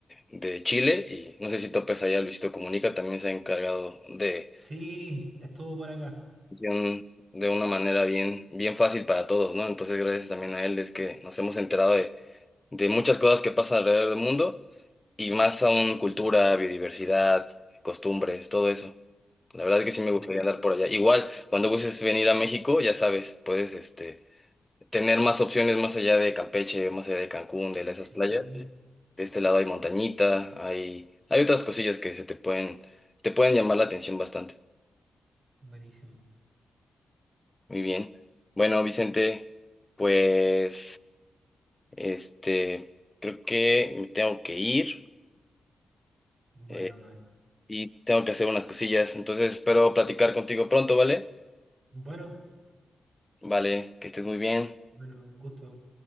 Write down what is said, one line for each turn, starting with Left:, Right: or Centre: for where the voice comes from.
Left: de, de Chile y no sé si topes allá, Luisito Comunica también se ha encargado de
Right: Sí, estuvo por acá.
Left: atención de una manera bien, bien fácil para todos, ¿no? Entonces, gracias también a él es que nos hemos enterado de, de muchas cosas que pasan alrededor del mundo y más aún cultura, biodiversidad, costumbres, todo eso. La verdad es que sí
Right: Sí,
Left: me gustaría andar por allá. Igual, cuando gustes venir a México, ya sabes, puedes este, tener más opciones más allá de Campeche, más allá de Cancún, de esas
Right: sí,
Left: playas. De este lado hay montañita, hay, hay otras cosillas que se te pueden, te pueden llamar la atención bastante.
Right: buenísimo.
Left: Muy bien. Bueno, Vicente, pues este, creo que me tengo que ir
Right: Bueno,
Left: eh,
Right: no es.
Left: y tengo que hacer unas cosillas, entonces espero platicar contigo pronto, ¿vale?
Right: Bueno,
Left: Vale, que estés muy bien.
Right: bueno, un gusto.